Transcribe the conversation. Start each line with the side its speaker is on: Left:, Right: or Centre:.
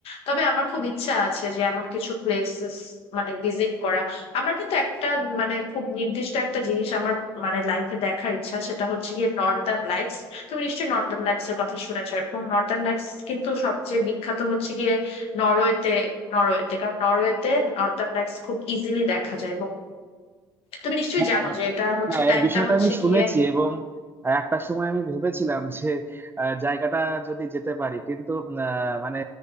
Left: তবে আমার খুব ইচ্ছা আছে যে এমন কিছু প্লেসেস মানে ভিজিট করা আমার কিন্তু একটা মানে খুব নির্দিষ্ট একটা জিনিস আমার মানে লাইফে দেখার ইচ্ছা সেটা হচ্ছে গিয়ে নর্দার্ন লাইটস তুমি নিশ্চয়ই নর্দার্ন লাইটস এর কথা শুনেছো এবং নর্দার্ন লাইটস কিন্তু সবচেয়ে বিখ্যাত হচ্ছে গিয়ে নরওয়েতে নরওয়েতে কারণ নরওয়েতে নর্দার্ন লাইটস খুব ইজিলি দেখা যায় এবং তুমি নিশ্চয়ই
Right: হ্যাঁ
Left: জানো যে এটা হচ্ছে
Right: হ্যাঁ
Left: টাইমটা
Right: এই বিষয়টা
Left: হচ্ছে
Right: আমি শুনেছি
Left: গিয়ে
Right: এবং একটা সময় আমি ভেবেছিলাম যে আহ, জায়গাটা যদি যেতে পারি কিন্তু আহ, মানে